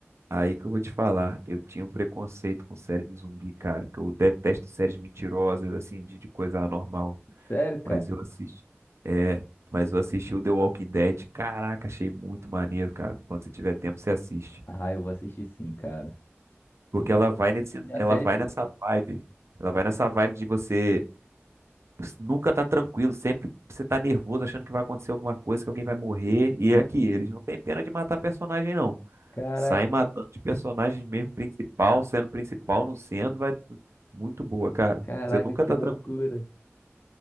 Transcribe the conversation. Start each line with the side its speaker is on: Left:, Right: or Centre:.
Right: Aí que eu vou te falar, eu tinha um preconceito com série de zumbi, cara, que eu detesto séries mentirosas, assim, de, de coisa anormal.
Left: Sério, cara?
Right: Mas eu assisti. É, mas eu assisti o The Walking Dead. Caraca, achei muito maneiro, cara. Quando você tiver tempo, você assiste.
Left: Ah, eu vou assistir sim, cara.
Right: Porque
Left: Eu tô.
Right: ela vai nesse,
Left: É uma
Right: ela
Left: série
Right: vai
Left: boa.
Right: nessa vibe. Ela vai nessa vibe de você nunca tá tranquilo, sempre você tá nervoso, achando que vai acontecer alguma coisa, que alguém vai morrer. E
Left: Uhum.
Right: é aqui, eles não têm pena de matar personagem, não.
Left: Caraca,
Right: Sai matando de personagens mesmo, principal, sendo principal, não sendo, vai muito boa, cara.
Left: caraca,
Right: Você nunca
Left: que
Right: tá
Left: loucura.
Right: Cara, tranquilo.